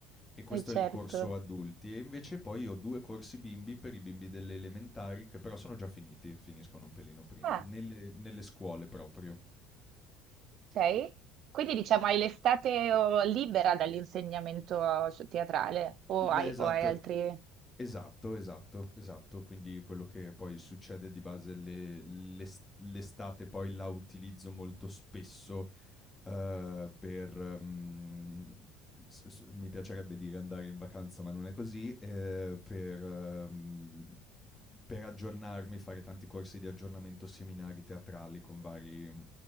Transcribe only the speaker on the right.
certo.
Ah,
ok. Quindi diciamo hai l'estate oh, libera dall'insegnamento cioè, teatrale o
hai,
o hai altri...